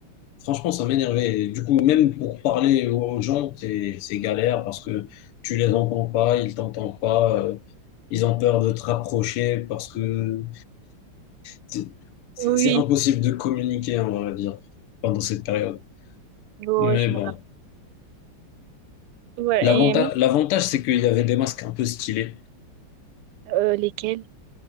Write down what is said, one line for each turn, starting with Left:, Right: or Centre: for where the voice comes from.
Left: Franchement, ça m'énervait. Et Du coup, même pour parler aux gens, c'est c'est galère parce que tu les entends pas, ils t'entendent pas, euh, ils ont peur de te rapprocher parce que c'est c'est-
Right: Oui,
Left: c'est impossible de communiquer, on va dire, pendant cette période.
Right: Ouais,
Left: Mais
Right: je
Left: bon,
Right: me rappelle. Ouais,
Left: l'avantage,
Right: et même
Left: l'avantage, c'est qu'il y avait des masques un peu stylés.
Right: euh, lesquels?